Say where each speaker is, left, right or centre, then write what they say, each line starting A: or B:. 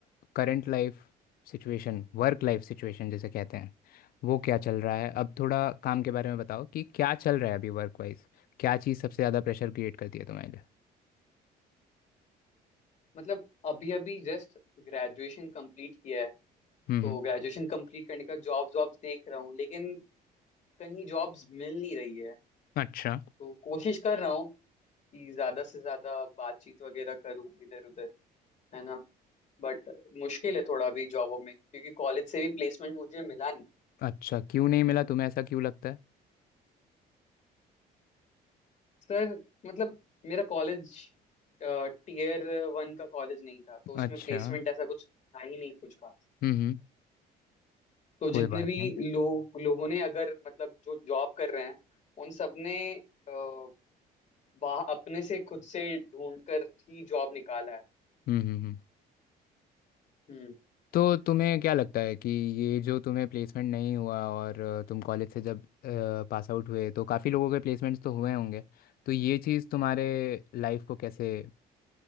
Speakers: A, on the left; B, on the left.
A: current life situation work life situation जिसे कहते हैं वो क्या चल रहा है अब थोड़ा काम के बारे में बताओ कि क्या चल रहा है अभी वर्क वाइज क्या चीज़ सबसे ज़्यादा प्रेशर क्रिएट करती है तुम्हारे लिए
B: मतलब अभी अभी जस्ट ग्रेजुएशन कंप्लीट किया है
A: हम्म
B: तो ग्रेजुएशन कंप्लीट करने का जॉब जॉब्स देख रहा हूँ लेकिन कहीं जॉब्स मिल नहीं रही है
A: अच्छा
B: तो कोशिश कर रहा हूँ कि ज्यादा से ज्यादा बातचीत वगैरह करूँ इधर उधर है ना बट मुश्किल है थोड़ा अभी जॉबों में क्योंकि कॉलेज से भी प्लेसमेंट मुझे मिला नहीं
A: अच्छा क्यों नहीं मिला तुम्हें ऐसा क्यों लगता है
B: सर मतलब मेरा कॉलेज टीयर वन का कॉलेज नहीं था तो उसमें
A: अच्छा
B: प्लेसमेंट ऐसा कुछ था ही नहीं कुछ खास
A: हम्म
B: तो
A: कोई
B: जितने
A: बात
B: भी
A: नहीं
B: लोग लोगों ने अगर मतलब जो जॉब कर रहे हैं उन सब ने अ, बाह- अपने से खुद से ढूंढ कर ही जॉब निकाला है
A: हम्म हम्म
B: हम्म
A: तो तुम्हें क्या लगता है कि ये जो तुम्हें प्लेसमेंट नहीं हुआ और अ, तुम कॉलेज से जब पास आउट हुए तो काफ़ी लोगों के प्लेसमेंट्स तो हुए होंगे तो ये चीज़ तुम्हारे लाइफ को कैसे